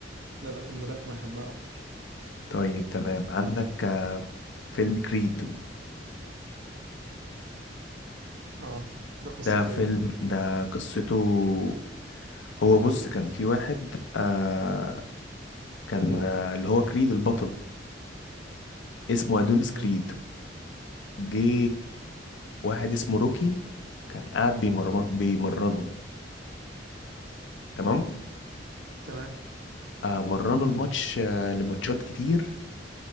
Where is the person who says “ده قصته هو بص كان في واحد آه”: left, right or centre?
Left